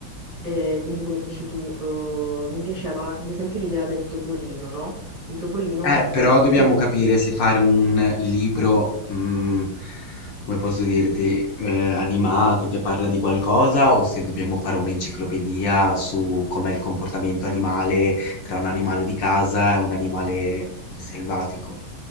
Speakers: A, on the right; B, on the left.
A: eh, quindi come dici tu, eh, mi piaceva ad esempio l'idea del topolino, no? Un topolino
B: Eh, però
A: è difficile.
B: dobbiamo capire se fare un libro, mhmm, come posso dirti, ehm, animato che parla di qualcosa o se dobbiamo fare un'enciclopedia su com'è il comportamento animale tra un animale di casa e un animale, mhmm, selvatico.